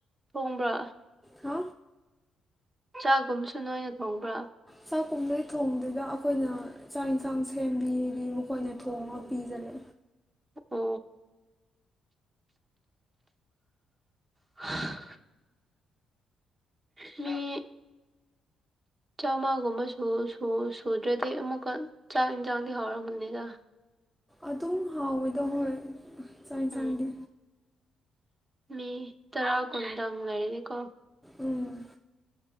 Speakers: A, on the right; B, in the centre.
A: ꯊꯣꯡꯕ꯭ꯔꯥ
B: ꯍ
A: ꯆꯥꯛꯒꯨꯝꯁꯨ ꯅꯣꯏꯅ ꯊꯣꯡꯕ꯭ꯔꯥ
B: ꯆꯥꯛ ꯀꯨꯝꯅꯩ ꯊꯣꯡꯗꯨꯗ ꯑꯩꯈꯣꯏꯅ ꯆꯥꯛ ꯌꯦꯟꯁꯥꯡ ꯁꯦꯝꯕꯤꯗꯤ ꯃꯈꯣꯏꯅ ꯊꯣꯡꯉꯒ ꯄꯤꯁꯤꯂꯦ
A: ꯑꯣ ꯍ ꯃꯤ ꯆꯥꯝꯃꯒꯨꯝꯕꯁꯨ ꯁꯨꯗ꯭ꯔꯗꯤ ꯑꯃꯨꯛꯀ ꯆꯥꯛ ꯏꯟꯁꯥꯡꯗꯤ ꯍꯥꯎꯔꯝꯒꯅꯤꯗ
B: ꯑꯗꯨꯝ ꯍꯥꯎꯋꯦꯗꯧ ꯍꯣꯏ ꯆꯥꯛ ꯌꯦꯟꯁꯥꯡꯗꯤ
A: ꯎꯝ ꯃꯤ ꯇꯔꯥ ꯀꯨꯟꯗꯪ ꯂꯩꯔꯗꯤꯀꯣ
B: ꯎꯝ